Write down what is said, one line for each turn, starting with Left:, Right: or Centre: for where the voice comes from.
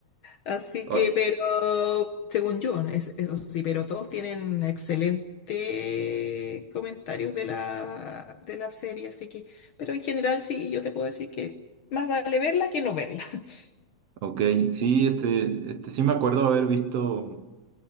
Left: Así
Right: O-
Left: que, pero, según yo, es- eso sí, pero todos tienen excelentes comentarios de la, de la serie, así que, pero en general sí, yo te puedo decir que más vale verla que no verla. <laughs>
Right: Ok, sí, este, este, sí me acuerdo haber visto,